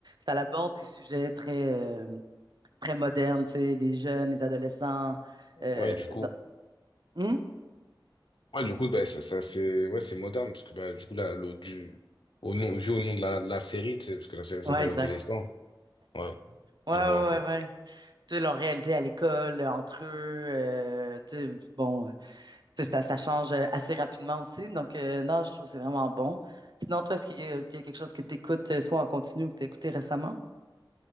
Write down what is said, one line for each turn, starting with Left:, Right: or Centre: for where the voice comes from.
Right: ça aborde des sujets très, euh, très modernes, tu sais, les jeunes, les adolescents. Euh,
Left: Ouais, du coup.
Right: dans- Hmm?
Left: Ouais, du coup, bah, ça, ça, c'est ouais, c'est moderne, parce que bah, du coup, là, l'au- du, au nom, vu au nom de la, de la série, tu sais, parce que la série
Right: Ouais,
Left: s'appelle
Right: exact.
Left: Adolescent. Ouais,
Right: Ouais,
Left: je
Right: ouais,
Left: vois un peu.
Right: ouais, ouais. Tu sais, leur réalité à l'école, entre eux, euh, tu sais, bon. c'est ça, ça change euh, assez rapidement aussi. Donc, euh, non, je trouve que c'est vraiment bon. Sinon, toi, est-ce qu'il y a, il y a quelque chose que tu écoutes soit en continu ou que tu as écouté récemment?